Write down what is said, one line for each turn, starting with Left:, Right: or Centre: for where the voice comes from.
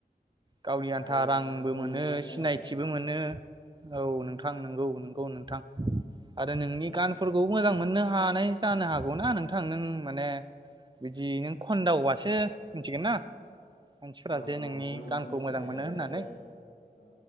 Right: गावनि आन्था
Left: आरो
Right: रांबो
Left: बयबो
Right: मोनो
Left: सिनायगोन
Right: सिनायथिबो मोनो। औ नोंथां नोंगौ नोंगौ नों थां आरो नोंनि
Left: औ
Right: गानफोरखौबो मोजां मोनो मोननो हानाय जानो हागौ ना नोंथां नों माने बिदि नों खन्दावासो मिथिगोन ना मानसिफोरा
Left: औ
Right: जे नोंनि
Left: औ बयजोंबो
Right: गानखौ
Left: सिनायजागोन
Right: मोजां मोनो होननानै
Left: आरो औ